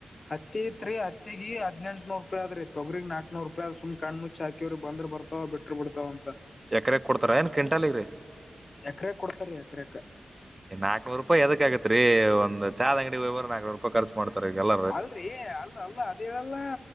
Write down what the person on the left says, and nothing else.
ಹತ್ತಿ ತ್ರಿ ಈಗ ಹದಿನಂಟ್ನೂರು ರೂಪಿ ಆದ್ರ ತಗ್ರಗ್ ನಾಕಕ್ೂ ರೂಪಾಯಿ ಸು್ ಕ್ಣ ಮುಚ್ಚಚ್ ಹಕವರು ಬಂದ್ ಬರ್ತಾವ ಬಿಟ್ಟ್ರ ಬಿಡ್ತಾವ ಅಂತ
ಎಕರೆ ಕೊಡ್ತಾರೆೀ ಎಕರೆಕ
ಅಲ್ರೀ ಅಲ್ ಅಲ್ಲ ಅದ ಹೇಳಲ್ಲ